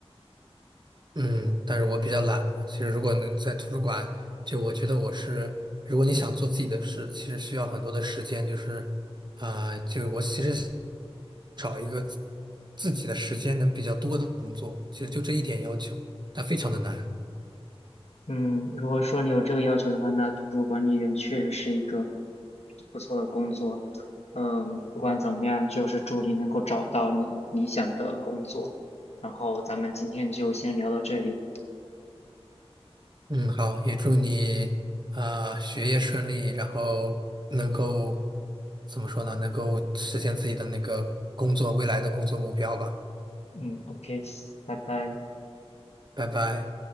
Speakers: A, on the right; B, on the left.
A: 嗯，但是我比较懒嘛。其实如果能在图书馆，就我觉得我是，如果你想做自己的事，其实需要很多的时间，就是，啊、就我其实找一个自自己的时间能比较多的工作，其实就这一点要求，但非常的难。
B: 嗯，如果说你有这个要求的话，那图书管理员确实是一个不错的工作。嗯，不管怎么样，就是祝你能够找到你理想的工作。然后咱们今天就先聊到这里。
A: 嗯，好，也祝你啊、学业顺利，然后能够怎么说呢？能够实现自己的那个工作，未来的工作目标吧。
B: 嗯，OK，拜拜。
A: 拜拜。